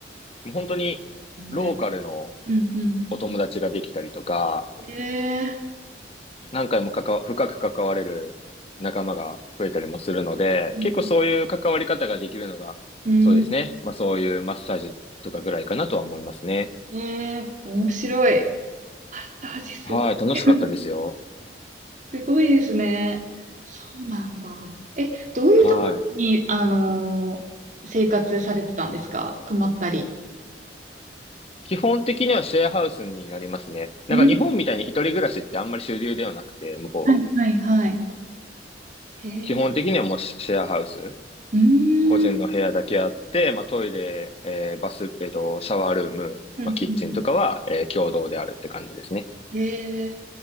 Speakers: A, on the left; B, on the right.
A: もう本当にローカルの
B: うん。ね。うん、うん。
A: お友達ができたりとか、
B: ええ
A: 何回も関わ、深く関われる仲間が増えたりもするので、
B: ー。うん、
A: 結構そういう関わり方ができるのが、
B: うん
A: そうですね。まあそういうマッサージとかぐらいかなとは思いますね。
B: ねえ、面白い。パスタ味すごい。
A: はい、楽しかったですよ。
B: <laughs> すごいですね。そうなんだ。え、どういうところに、
A: はい。
B: あのー生活されてたんですか泊まったり。
A: 基本的にはシェアハウスになりますね。なんか日本みたいに一人暮らしってあんまり主流ではなくて、
B: うん。
A: 向こうは。
B: はい、はい、はい。へえ。
A: 基本的にはもうシシェアハウス。
B: うーん。
A: 個人の部屋だけあって、まあトイレ、えーバス、えっと、シャワールーム、
B: うんうん
A: まあキッチンとかは、えー共同であるって感じですね。
B: へえ。